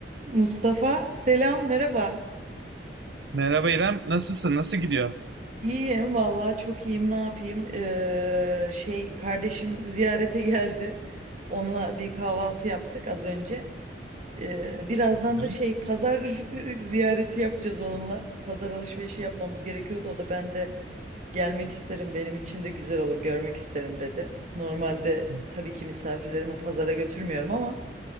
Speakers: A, on the right; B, on the right.
A: Mustafa selam merhaba.
B: Merhaba İrem, nasılsın? Nasıl gidiyor?
A: İyiyim vallahi çok iyiyim ne yapayım. Ee, şey kardeşim ziyarete geldi. Onunla bir kahvaltı yaptık az önce. Ee, birazdan
B: Hı
A: da şey pazar <laughs> ziyareti yapacağız onunla. Pazar alışverişi yapmamız gerekiyordu. O da ben de gelmek isterim benim için de güzel olur görmek isterim dedi. Normalde
B: hı.
A: tabii ki misafirlerimi pazara götürmüyorum ama